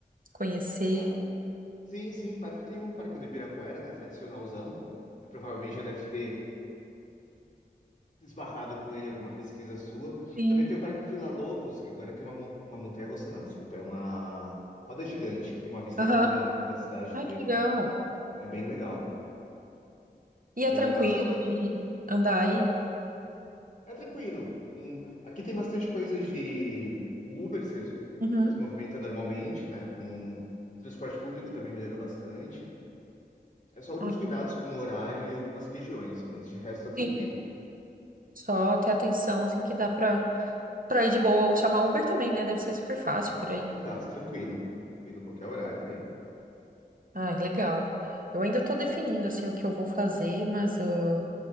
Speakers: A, on the right; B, on the left.
A: conhecer.
B: <laughs> Parque- sim, sim, parque tem o Parque do Ibirapuera, né, tradicionalzão. Você provavelmente já deve ter esbarrado com ele em alguma pesquisa sua.
A: Sim.
B: Também tem o Parque Vila Lobos, que agora tem uma, mon- uma montanha-russa, não, desculpa, é uma roda gigante, que tem uma vista
A: Aham.
B: panorâmica da cidade
A: Ai,
B: inteira.
A: que legal.
B: É bem legal,
A: E
B: é
A: é
B: bem
A: tranquilo
B: legal. Você nunca,
A: de andar aí?
B: É tranquilo. Hum, Aqui tem bastante coisa de o Uber se,
A: Uhum.
B: se movimenta normalmente, né? Com transporte público também melhorou bastante. É só alguns
A: Ah, que-
B: cuidados com o horário e algumas regiões, mas de resto tá tranquilo.
A: Sim. Só ter atenção, assim, que dá pra, pra ir de boa. Ou chamar Uber também, né? Deve ser super fácil por aí.
B: Exato, tranquilo. Tranquilo, qualquer horário tem.
A: Ai, legal. Eu ainda tô definindo, assim, o que eu vou fazer, mas ah,